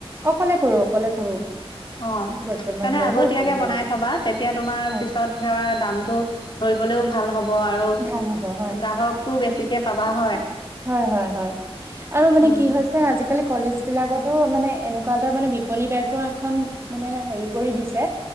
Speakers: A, on the right; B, on the left.
A: অকলে কৰো অকলে কৰো।
B: অ'
A: বৰ্তমান
B: কাৰণে
A: বাৰু
B: আগতীয়াকে
A: অকলে কৰি
B: বনাই
A: আছো
B: থবা তেতিয়া তোমাৰ
A: হয়
B: পিছত সে দামতটো ধৰিবলৈও ভাল হ'ব আৰু গ্ৰাহকটো
A: ভাল হ'ব হয়
B: বেছিকৈ পাবা হয়
A: হয় হয় হয়। আৰু মানে
B: উম,
A: কি হৈছে আজিকালি কলেজ বিলাকতো মানে এনেকুৱা এটা মানে বিপণী টাইপৰ এখন মানে হেৰি কৰি দিছে